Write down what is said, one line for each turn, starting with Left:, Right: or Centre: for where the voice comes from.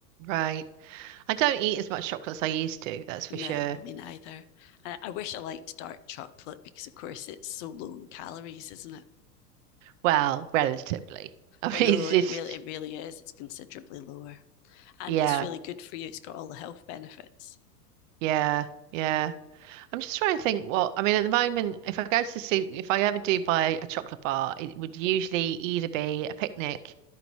Right: Right. I don't eat as much chocolate as I used to, that's for
Left: No,
Right: sure.
Left: me neither. I, I wish I liked dark chocolate because, of course, it's so low in calories, isn't it?
Right: Well, relatively. <laughs> I mean,
Left: Oh no,
Right: it's
Left: it
Right: just,
Left: really, it really is. It's considerably lower, and
Right: yeah,
Left: it's really good for you. It's got all the health benefits.
Right: yeah, yeah. I'm just trying to think what I mean at the moment, if I go to see if I ever do buy a chocolate bar, it would usually either be a picnic,